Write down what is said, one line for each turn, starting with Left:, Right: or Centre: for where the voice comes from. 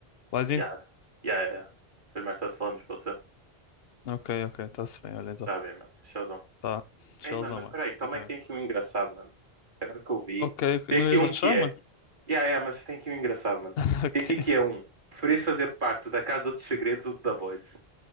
Left: Laizinho?
Right: Yeah. Yeah, yeah. yeah. Depois mais tarde falamos, pode ser?
Left: Ok, ok, está-se bem, olha então.
Right: Tá bem, mano. Showzão.
Left: Tá. Tchauzão,
Right: Ei, mano, mas
Left: mano.
Right: espera aí. Calma
Left: Fica
Right: é que
Left: bem.
Right: tem aqui um engraçado, mano. Agora que eu vi.
Left: Ok, ok.
Right: Tem
Left: não
Right: aqui
Left: ias
Right: um
Left: lanchar,
Right: que é.
Left: mano?
Right: Yeah, yeah, mas tem aqui um engraçado, mano.
Left: <laughs> Ok.
Right: Tem aqui que é um. Preferias fazer parte da Casa dos Segredos ou da Voice?